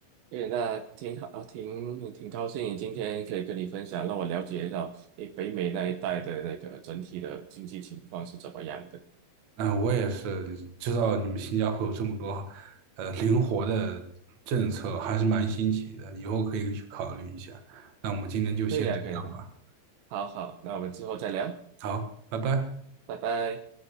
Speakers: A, on the right; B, on the right.
A: 诶，那挺好，啊挺挺高兴今天可以跟你分享，让我了解到诶北美那一带的那个整体的经济情况是怎么样的。
B: 嗯，我也是知道你们新加坡有这么多呃灵活的政策，还是蛮新奇的，以后可以去考虑一下。那我们今天就先这样吧，
A: 可以啊，可以啊，好好，那我们之后再聊，
B: 好，拜拜。
A: 拜拜。